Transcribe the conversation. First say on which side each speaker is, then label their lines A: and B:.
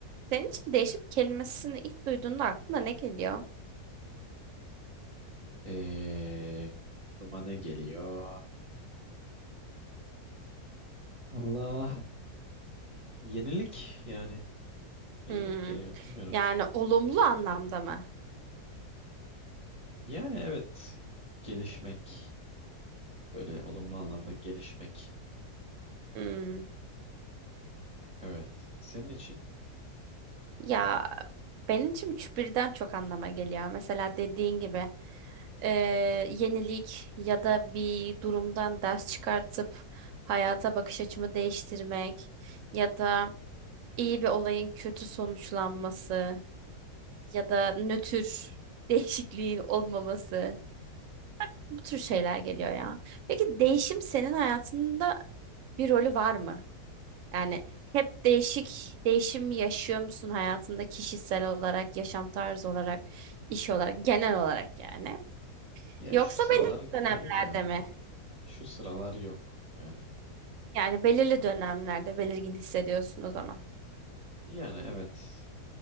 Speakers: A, on the right; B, on the right.
A: Senin için değişim kelimesini ilk duyduğunda aklına ne geliyor?
B: Ee, aklıma ne geliyor? Allah yenilik yani yenilik
A: Hmm.
B: geliyor bilmiyorum.
A: Yani olumlu anlamda mı?
B: Yani evet gelişmek böyle olumlu anlamda gelişmek.
A: Hmm.
B: Evet senin için
A: Ya benim için üç birden çok anlama geliyor. Mesela dediğin gibi eee, yenilik ya da bir durumdan ders çıkartıp hayata bakış açımı değiştirmek ya da iyi bir olayın kötü sonuçlanması ya da nötr <laughs> değişikliğin olmaması bu tür şeyler geliyor ya. Peki değişim senin hayatında bir rolü var mı? Yani hep değişik değişim yaşıyor musun hayatında kişisel olarak, yaşam tarzı olarak, iş olarak, genel olarak yani?
B: ya
A: Yoksa
B: şu sıralar
A: belirli dönemlerde
B: hayır ya
A: mi?
B: şu sıralar yok yani.
A: Yani belirli dönemlerde belirgin hissediyorsun o zaman.
B: Yani evet.